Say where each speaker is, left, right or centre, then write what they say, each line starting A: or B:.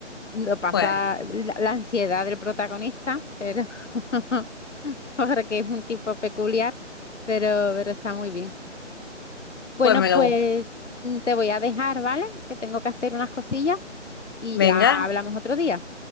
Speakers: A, on the left; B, on the left.
A: Lo pasa
B: Pues,
A: la, la ansiedad del protagonista, pero <laughs> <laughs> porque es un tipo peculiar, pero, pero está muy bien. Bueno,
B: pues me
A: pues
B: lo busco.
A: mm, te voy a dejar, ¿vale? Que tengo que hacer unas cosillas y ya
B: Venga,
A: hablamos otro día.